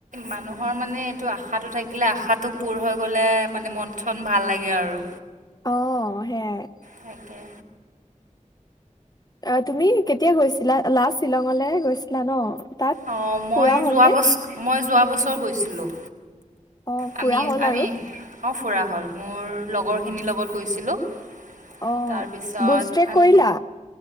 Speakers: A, on the right; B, on the left.
A: মানুহৰ মানে এইটো আশ আশাটো থাকিলে আশাটো পূৰ হৈ গ'লে মানে মন চন ভাল লাগে আৰু
B: অ সেইয়াই
A: তাকে।
B: অ তুমি কেতিয়া গৈছিলা লাষ্ট শ্বিলঙলে গৈছিলা ন তাত
A: অ মই
B: ফুৰা হ'লনে?
A: যোৱা বছ মই যোৱা বছৰ গৈছিলোঁ
B: অ
A: আমি
B: ফুৰা হল
A: আমি
B: আৰু
A: অ ফুৰা হ'ল মোৰ লগৰখিনিৰ লগত গৈছিলোঁ
B: অ
A: তাৰপিছত
B: বচ তেত
A: আম
B: কৰিলা